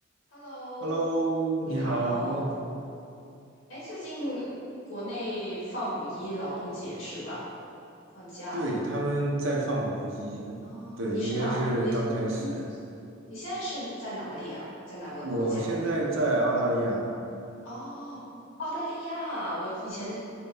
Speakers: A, on the left; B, on the right.
A: Hello，
B: Hello，
A: 你好。
B: 你好。
A: 哎，最近国内放五一劳动节是吧？放假了。
B: 对，他们在放五一，
A: 哦，
B: 对，
A: 你是哪儿？
B: 应该是刚开始。
A: 你嗯，你现在是在哪里啊？在哪个国家？
B: 我现在在澳大利亚，
A: 哦，澳大利亚。我以前